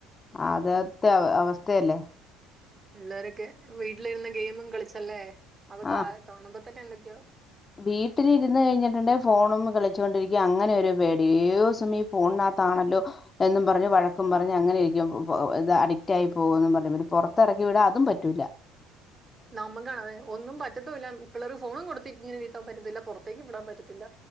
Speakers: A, on the left; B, on the right.
A: അതെത്തെ അവസ്ഥയല്ലേ
B: പിള്ളേരൊക്കെ വീട്ടിലിരുന്ന് ഗെയിമും കളിച്ചല്ലേ അതൊക്കെ
A: ആ
B: ആക കാണുമ്പോ തന്നെ എന്തൊക്കെയോ
A: വീട്ടിലിരുന്ന് കഴിഞ്ഞിട്ടുണ്ടേ ഫോണും കളിച്ചൊണ്ടിരിക്കും അങ്ങനെ ഒരു പേടി ഏതു സമയം ഫോണാത്ത ക്കത്താണല്ലോ എന്നും പറഞ്ഞ് വയക്കും പറഞ്ഞ് അങ്ങനെ ഇരിക്കും ത് അഡിക്റ്റായി പോവുന്നും പറഞ്ഞ് പിന്നെ പൊറത്ത എറക്കിവിടാൻ അതും പറ്റൂല്ല
B: നമുക്കാണതെ ഒന്നും പറ്റത്തൂല്ല പിള്ളേർക്ക് ഫോണും കൊടുത്തി ഇങ്ങനെ വീത്താൻ പറ്റത്തില്ല പൊറത്തേക്ക് വിടാൻ പറ്റത്തില്ല